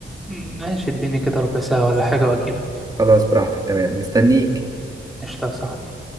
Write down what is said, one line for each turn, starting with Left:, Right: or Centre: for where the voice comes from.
Centre: مم، ماشي اديني كده ربع ساعة ولا حاجة واجيلك
Right: خلاص براحتك تمام مستنيك
Centre: قشطة يا صاحبي